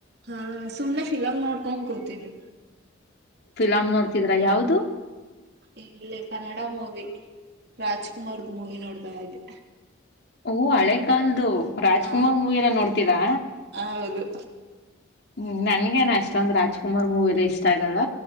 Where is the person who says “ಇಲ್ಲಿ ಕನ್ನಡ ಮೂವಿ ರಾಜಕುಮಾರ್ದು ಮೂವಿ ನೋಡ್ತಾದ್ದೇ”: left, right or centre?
Right